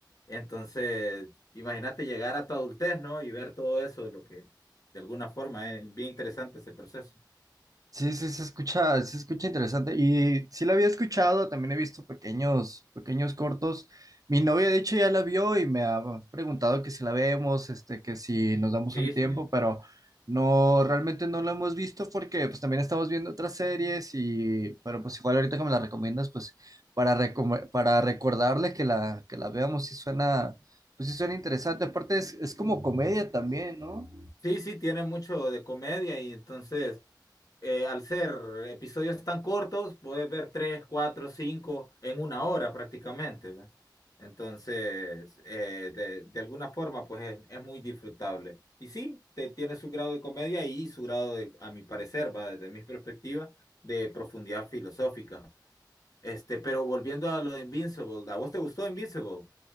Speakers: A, on the left (about 50°); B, on the right (about 50°).
A: Entonces, Imagínate llegar a tu adultez, ¿no? Y ver todo eso, de lo que de alguna forma es bien interesante ese proceso.
B: Sí, sí, se escucha, se escucha interesante. Y sí la había escuchado, también he visto pequeños, pequeños cortos. Mi novia, de hecho, ya la vio y me ha preguntado que si la vemos, este, que si nos damos
A: Sí,
B: un
A: sí.
B: tiempo, pero no, realmente no la hemos visto porque pues también estamos viendo otras series y, pero pues igual ahorita que me la recomiendas, pues para, recome- para recordarle que la, que la veamos, sí suena, pues sí suena interesante. Aparte es, es como comedia también, ¿no?
A: Sí, sí, tiene mucho de comedia y entonces, eh, al ser episodios tan cortos, puedes ver tres, cuatro, cinco en una hora prácticamente, ¿ve? Entonces, eh, de, de alguna forma, pues es, es muy disfrutable. Y sí, te, tiene su grado de comedia y su grado de, a mi parecer, va desde mi perspectiva, de profundidad filosófica. Este, pero volviendo a lo de Invincible, ¿a vos te gustó Invincible?